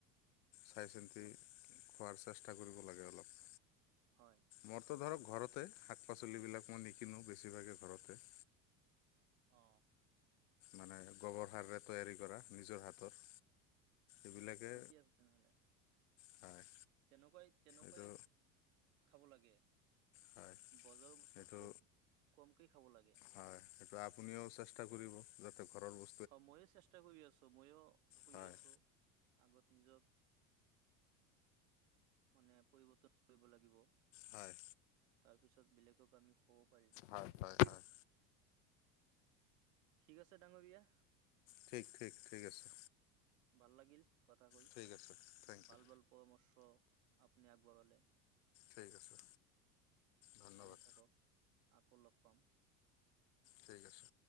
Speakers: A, on the left; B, on the right.
A: চাই চিন্তি খোৱাৰ চেষ্টা কৰিব লাগে অলপ।
B: হয়।
A: মোৰতো ধৰক ঘৰতে শাক পাচলিবিলাক মই নিকিনো বেছিভাগে ঘৰতে।
B: অ।
A: মানে গোবৰ সাৰৰে তৈয়াৰী কৰা নিজৰ হাতৰ। এইবিলাকে
B: ঠিকে আছে তেনেহ'লে।
A: হয়
B: তেনেকুৱাই তেনেকৈ
A: এইটো
B: খাব লাগে।
A: হয়
B: বজাৰ বস্তু
A: সেইটো
B: খুব কমকেই খাব লাগে।
A: হয়, সেইটো আপুনিও চেষ্টা কৰিব। যাতে ঘৰৰ ব
B: হয়, মইও চেষ্টা কৰি আছোঁ। মইও কৰি
A: হয়
B: আছোঁ। আগত নিজক মানে পৰিৱ--ন কৰিব লাগিব।
A: হয়।
B: তাৰপিছত বেলেগক আমি ক'ব পাৰিম।
A: হয় হয় হয়
B: ঠিক আছে ডাঙৰীয়া।
A: ঠিক ঠিক, ঠিক আছে।
B: ভাল লাগিল কথা কৈ।
A: ঠিক আছে থেংক
B: ভাল
A: ইউ
B: ভাল পৰামৰ্শ আপুনি আগবঢ়ালে।
A: ঠিক আছে। ধন্যবাদ
B: ভালে থাকক, আকৌ লগ পাম।
A: ঠিক আছে।